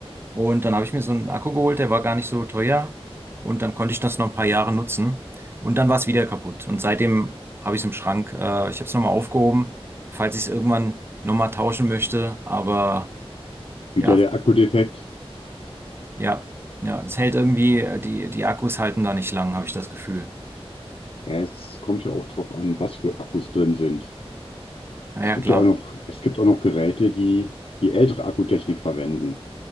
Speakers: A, on the right (about 25°); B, on the left (about 65°).
A: Und dann habe ich mir so einen Akku geholt, der war gar nicht so teuer. Und dann konnte ich das noch ein paar Jahre nutzen. Und dann war es wieder kaputt. Und seitdem habe ich es im Schrank. Äh, ich habe es nochmal aufgehoben, falls ich es irgendwann nochmal tauschen möchte. Aber
B: Wieder
A: ja,
B: der Akku defekt.
A: ja, ja, es hält irgendwie, äh, die, die Akkus halten da nicht lang, habe ich das Gefühl.
B: Ja, es kommt ja auch drauf an, was für Akkus drin sind.
A: Naja,
B: Es gibt
A: klar.
B: ja auch noch, es gibt auch noch Geräte, die die ältere Akkutechnik verwenden.